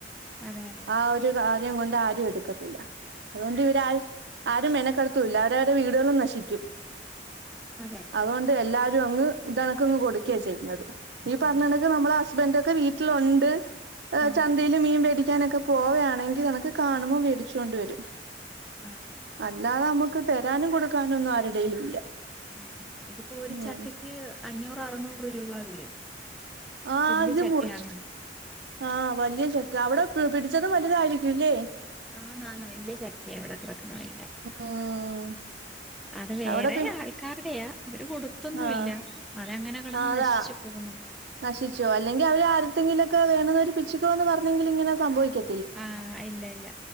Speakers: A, in the centre; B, on the right.
A: അതെ അതെ
B: ആ ഒരു കാര്യം കൊണ്ട് ആ രുംഎടുക്കത്തില്ല. അതൊണ്ട് ഇവിരാ ആരും മേനക്കടത്തൂല്ല. അവരവരുടെ വീടുകളും നശിക്കും.
A: അതെ
B: അതുകൊണ്ട് എല്ലാ അങ്ങ് ഇതണക്കങ്ങ് കൊടുക്കയാ ചെയ്യുന്നത്. ഈ പറഞ്ഞണക്ക്
A: ആഹ്
B: നമ്മള ഹസ്ബൻഡ് ഒക്കെ വീട്ടിലൊണ്ട്. ആ
A: ആഹ്
B: ചന്തയില് മീൻ ബേടി ഒക്കെ പോവുകയാണെങ്കിൽ എനക്ക് കാണുമ്പം മേടിച്ചൊണ്ട് വരും-
A: ആഹ്
B: അല്ലാതെ
A: ഇതിപ്പം
B: നമുക്ക് തരാനും, കൊടുക്കാനും ഒന്നും ആര് ഇല്ല-
A: ആ ഇതിപ്പോ ഒരു
B: ഉം
A: ചക്കയ്ക്ക് അഞ്ഞൂറ് അറുന്നൂറ് രൂപ വരും.
B: ആ
A: വല്യ
B: അദ്യ
A: ചക്കയാണെങ്കി
B: മുറിച്ചു. ആ വലിയ ചക്ക അവിടെ. പിടിച്ചതും വലുതായിരിക്കുല്ലേ?
A: ആന്ന് ആന്ന് വല്യ ചക്കയാ ഇവടെ കിട <unintelligible>
B: ഉം
A: അത് വേറെ
B: അവിടെ പി
A: ആൾക്കാരുടെയാ, അവര് കൊടുത്തൊന്നു
B: ആഹ്
A: ഇല്ല, അത് അങ്ങനെ കിടന്നു
B: ആഹ് അതാ
A: നശിച്ചു പോവുന്നു.
B: നശിച്ചോ അല്ലെങ്കിൽ അവര് ആരത്തെങ്കിലൊക്കെ വേണന്നവര് പിച്ചിക്കോന്ന് പറഞ്ഞെങ്കില് ഇങ്ങനെ സംഭവിക്കെ
A: ആ ഇല്ല ഇല്ല